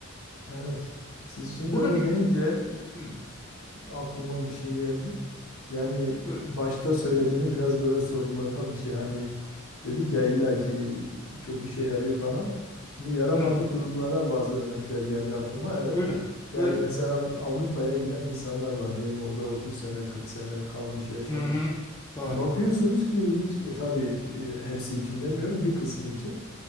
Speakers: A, on the left (about 70°); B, on the left (about 15°).
A: Evet. Siz şimdi
B: Burada
A: öyle
B: bir
A: deyince
B: Hı,
A: aklıma bir şey geldi. Yani
B: buyurun.
A: başta söylediğimi biraz böyle sorgulatan bir şey. Hani dedik ya illaki çok işe yarıyor falan. Şimdi yaramadığı
B: Hı,
A: durumlara bazı örnekler geldi aklıma. Evet.
B: buyurun.
A: Yani
B: Buyurun.
A: mesela Avrupa'ya giden insanlar var. Diyelim orada 30 sene, 40 sene kalmış, yaşamış.
B: Hı, hı, doğru.
A: Bakıyorsunuz ki hiç, e, tabii e, hepsi için demiyorum, bir kısmı için.